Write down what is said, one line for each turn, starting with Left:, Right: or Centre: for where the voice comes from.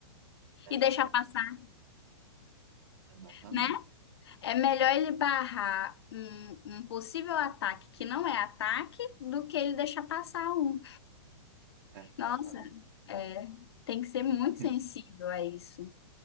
Left: e
Right: Exatamente,
Left: deixar passar,
Right: exatamente,
Left: né? É melhor ele barrar um, um possível ataque que não é ataque do que ele deixar passar um.
Right: exatamente.
Left: Nossa, é, tem que ser muito
Right: Porque
Left: sensível a isso.